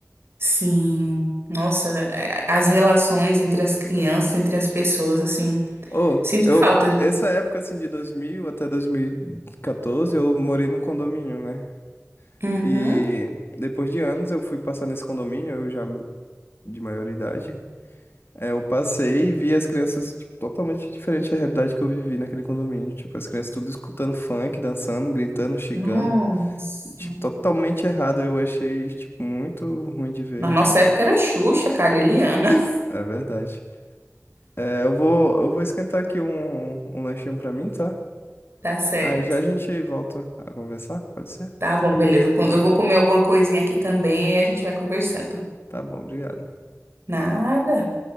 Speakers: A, on the right; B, on the left.
A: Sim, nossa, é, as relações entre as crianças, entre as pessoas, assim,
B: Ô,
A: sinto
B: eu,
A: falta disso.
B: essa época, assim, de 2000 até 2014, eu morei num condomínio, né?
A: Uhum.
B: E depois de anos eu fui passar nesse condomínio, eu já de maioridade. É, eu passei e vi as crianças, tipo, totalmente diferente da realidade que eu vivi naquele condomínio. Tipo, as crianças tudo escutando funk, dançando, gritando, xingando.
A: Nossa.
B: Tipo, totalmente errado. Eu achei, tipo, muito ruim de ver,
A: Na nossa
B: ó.
A: época era Xuxa, cara, Eliana. <laughs>
B: É verdade. É, eu vou, eu vou esquentar aqui um, um lanchinho pra mim, tá?
A: Tá certo.
B: Aí já a gente volta a conversar, pode ser?
A: Tá bom, beleza. Eu vou comer alguma coisinha aqui também e a gente vai conversando.
B: Tá bom, obrigado.
A: Nada. Até